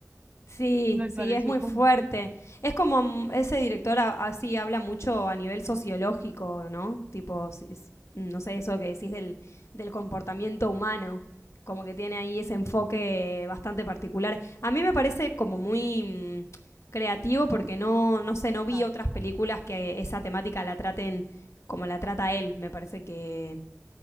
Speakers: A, on the left (about 65°); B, on the right (about 25°).
A: Sí,
B: me
A: sí,
B: pareció
A: es muy
B: como
A: fuerte.
B: un poco
A: Es como mm, ese director a- así habla mucho a nivel sociológico, ¿no? Tipo, si es- mm, no sé, eso que decís del, del comportamiento humano, como que tiene ahí ese enfoque bastante particular. A mí me parece como muy mm, creativo porque no, no sé, no vi
B: complicado.
A: otras películas que esa temática la traten como la trata él. Me parece que